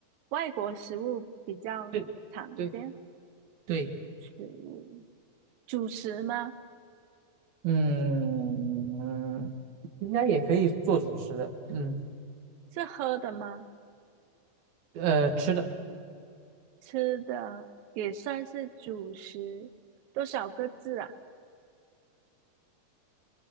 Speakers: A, on the right; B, on the right.
A: 外国食物比较常见，
B: 对对对，
A: 食物主食吗？
B: 嗯，应该也可以做主食的，嗯，
A: 是喝的吗？
B: 呃，吃的，
A: 吃的也算是主食，多少个字啊？